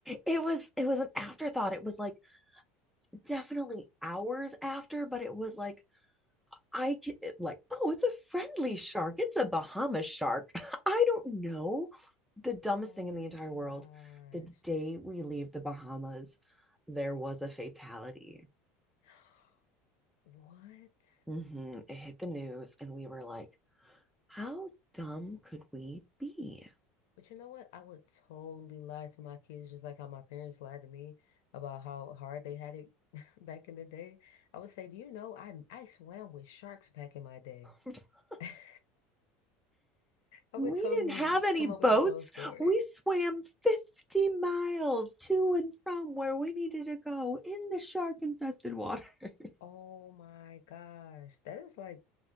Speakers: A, in the centre; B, on the left (about 80°).
A: it was it was an afterthought it was like definitely hours after but it was like I like oh it's a friendly shark it's a Bahamas shark <laughs> i don't know the dumbest
B: Oh
A: thing
B: my
A: in the entire
B: gosh.
A: world the day we leave the bahamas there was a fatality
B: <gasps> What?
A: hmm It hit the news, and we were like, how dumb could we be?
B: But you know what? I would totally lie to my kids just like how my parents lied to me about how hard they had it <laughs> back in the day. I would say, "Do you know I I swam with sharks back in my day?"
A: <laughs>
B: <laughs> I
A: We
B: would totally
A: didn't have any
B: come
A: boats.
B: up with this whole story.
A: We swam 50 miles to and from where we needed to go in the shark infested water. <laughs>
B: Oh my gosh. That is like